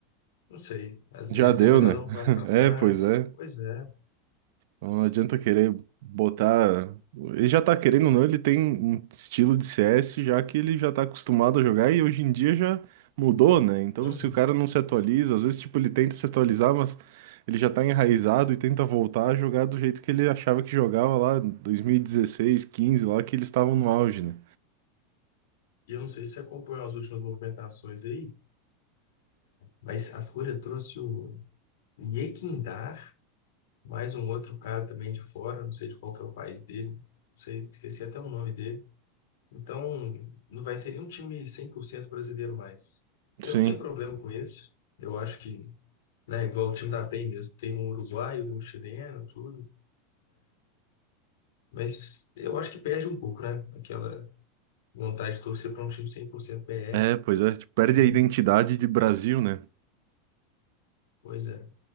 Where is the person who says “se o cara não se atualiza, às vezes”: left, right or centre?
Right